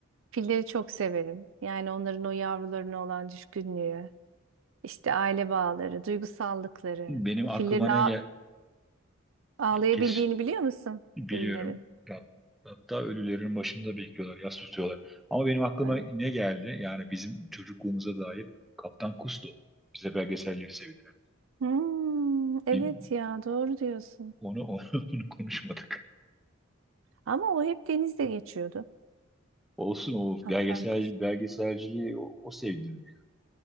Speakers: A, on the right; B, in the centre.
A: Filleri çok severim. Yani onların o yavrularına olan düşkünlüğü, işte aile bağları, duygusallıkları.
B: Benim aklıma
A: Fillerin ağ-
B: ne gel
A: Ağlayabildiğini
B: kes-
A: biliyor musun?
B: biliyorum.
A: Fillerin.
B: Hat- Hatta ölülerin başında bekliyorlar. Yas tutuyorlar. Ama benim aklıma
A: Evet.
B: ne geldi? Yani bizim çocukluğumuza dair Kaptan Kusto. Bize belgeselleri sevdiren.
A: Hmm, evet
B: Bir,
A: ya doğru diyorsun.
B: onu, <laughs> onu, konuşmadık.
A: Ama o hep denizde geçiyordu.
B: Olsun o
A: Kaptan
B: belgesel,
A: Kustu.
B: belgeselciliği o, o sevdirdi yani